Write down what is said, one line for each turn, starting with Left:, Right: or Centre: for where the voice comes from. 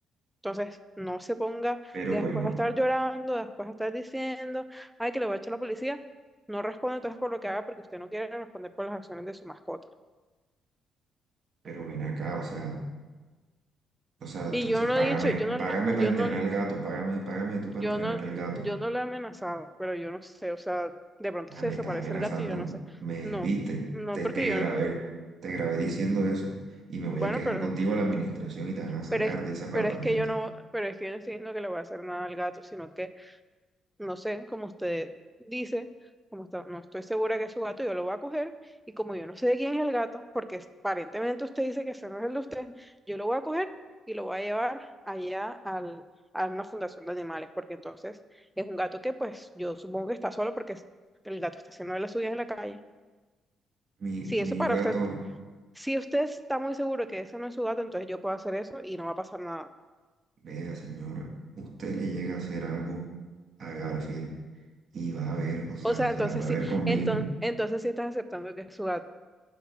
Centre: Entonces, no se ponga
Right: Pero
Centre: después
Right: bueno,
Centre: a estar llorando, después a estar diciendo, ay, que le voy a echar a la policía. No responde entonces por lo que haga porque usted no quiere responder por las acciones de su mascota.
Right: pero ven acá, o sea, o sea, entonces
Centre: Y yo no
Right: págame,
Centre: he dicho, yo no,
Right: págame
Centre: lo- yo
Right: para entrenar
Centre: no
Right: al gato, págame, págame tú para
Centre: Yo
Right: entrenar
Centre: no,
Right: al gato.
Centre: yo no lo he amenazado, pero yo no sé, o sea, de pronto
Right: Ah,
Centre: se
Right: me
Centre: desaparece
Right: estás amenazando,
Centre: el gato y yo no sé.
Right: me
Centre: No,
Right: viste,
Centre: no
Right: te,
Centre: porque
Right: te grabé,
Centre: yo no.
Right: te grabé diciendo eso y me voy
Centre: Bueno,
Right: a quejar
Centre: pero,
Right: contigo
Centre: no,
Right: a la administración y te van a sacar
Centre: pero es,
Right: de ese apartamento.
Centre: pero es que yo no, pero es que yo no estoy diciendo que le voy a hacer nada al gato, sino que no sé, como usted dice, como está- no estoy segura que es su gato, yo lo voy a coger y como yo no sé de quién es el gato, porque es- aparentemente usted dice que ese no es el de usted, yo lo voy a coger y lo voy a llevar allá al- a una fundación de animales, porque entonces es un gato que pues yo supongo que está solo porque es- el gato está haciendo de las suyas en la calle.
Right: Mi,
Centre: Si eso
Right: mi
Centre: para
Right: gato,
Centre: usted, si usted está muy seguro que ese no es su gato, entonces yo puedo hacer eso y no va a pasar nada.
Right: vea señora, usted le llega a hacer algo a Garfield y va a ver, o sea,
Centre: O sea,
Right: se
Centre: entonces
Right: las va
Centre: sí,
Right: a ver conmigo.
Centre: entonces, entonces sí estás aceptando que es su gato.